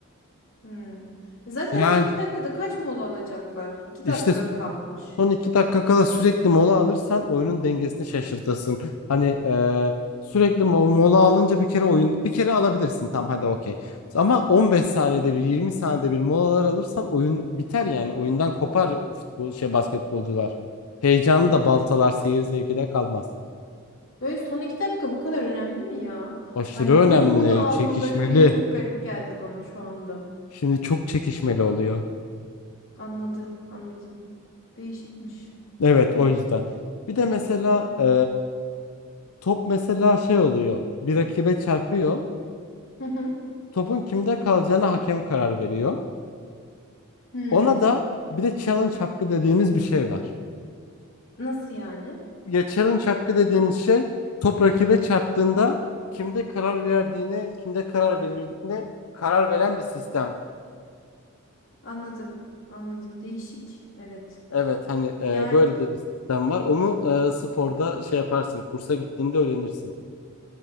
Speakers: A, on the left (about 65°); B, on the left (about 85°).
A: Hmm. E Zaten
B: Yani
A: son iki dakikada kaç mola alacaklar? iki
B: işte
A: dakika kalmış.
B: son 2 dakika kala sürekli mola alırsan oyunun dengesini şaşırtırsın. Hani e, sürekli mo- mola alınca bir kere oyun bir kere alabilirsin tam hadi okey. Ama 15 saniyede bir 20 saniyede bir molalar alırsan oyun biter yani oyundan kopar futbol şey basketbolcular. Heyecanı
A: Evet.
B: da baltalar seyir zevki de kalmaz.
A: Böyle son iki dakika bu kadar önemli mi ya?
B: Aşırı
A: Hani
B: önemli,
A: bir mola almaları
B: çekişmeli.
A: bile çok garip geldi bana şu anda.
B: Şimdi çok çekişmeli oluyor.
A: Anladım, anladım. Değişikmiş.
B: Evet
A: Evet.
B: o yüzden. Bir de mesela e, top mesela şey oluyor. Bir rakibe çarpıyor.
A: Hı hı.
B: Topun kimde kalacağına hakem karar veriyor.
A: Hmm.
B: Ona da bir de challenge hakkı dediğimiz bir şey var.
A: Nasıl yani?
B: Ya challenge hakkı dediğimiz şey top rakibe çarptığında kimde karar verdiğine, kimde karar verildiğine karar veren bir sistem.
A: Anladım, anladım. Değişik. Evet.
B: Evet hani e,
A: Yani
B: böyle de bir sistem var. Onu e, sporda şey yaparsın, kursa gittiğinde öğrenirsin.